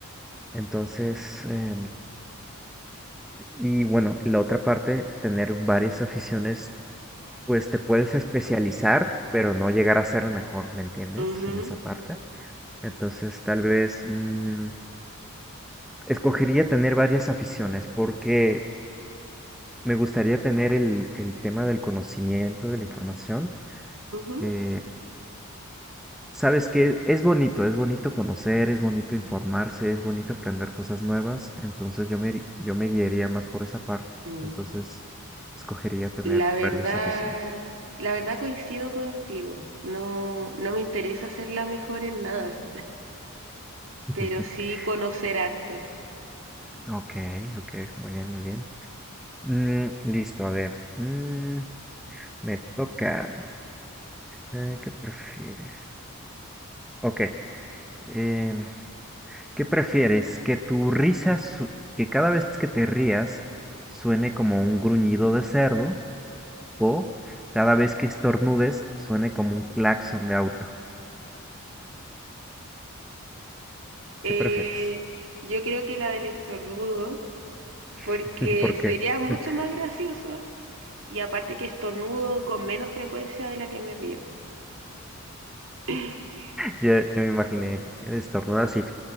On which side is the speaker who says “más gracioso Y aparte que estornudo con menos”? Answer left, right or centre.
Right